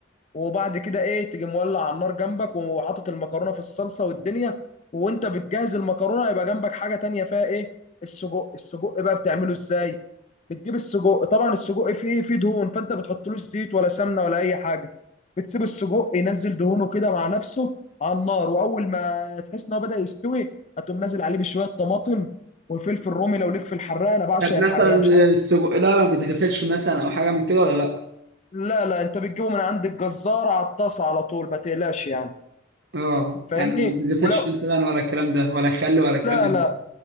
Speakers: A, on the left (about 35°); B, on the right (about 60°).
A: وبعد كده ايه تيجي مولع على النار جنبك وحاطط المكرونه في الصلصه والدنيا وانت بتجهز المكرونه يبقى جنبك حاجه تانية فيها ايه السجق السجق بقى بتعمله ازاي بتجيب السجق طبعا السجق فيه فيه دهون فانت بتحطلوش زيت ولا سمنه ولا اي حاجه بتسيب السجق ينزل دهونه كده مع نفسه على النار واول ما تحس ان هو بدا يستوي هتقوم نازل عليه بشويه طماطم وفلفل رومي لو ليك في الحراق انا بعشق
B: طب مثلا
A: الحراق مش عارف
B: السجق ده ما بيتغسلش مثلا او حاجة من كده ولا لا
A: لا لا انت بتجيبه من عند الجزار على الطاسه على طول ما تقلقش يعني
B: اه
A: فاهمني
B: يعني ما بيتغسلش
A: ولو
B: مثلا ولا الكلام ده ولا خل ولا كلام
A: لا
B: من
A: لا
B: ده